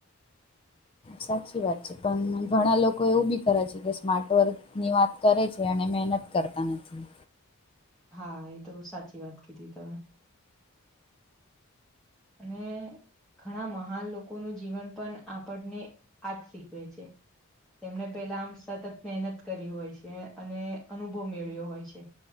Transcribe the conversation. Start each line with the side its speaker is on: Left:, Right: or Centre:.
Left: સાચી વાત છે, પણ ઘણા લોકો એવું બી કરે છે કે સ્માર્ટવર્કની વાત કરે છે, અને મહેનત કરતા નથી.
Centre: હા એ તો સાચી વાત કીધી તમે. અને ઘણા મહાન લોકોનું જીવન પણ આપણને આ જ શીખવે છે. તેમને પહેલા આમ સતત મહેનત કરી હોય છે, અને અનુભવ મેળવ્યો હોય છે.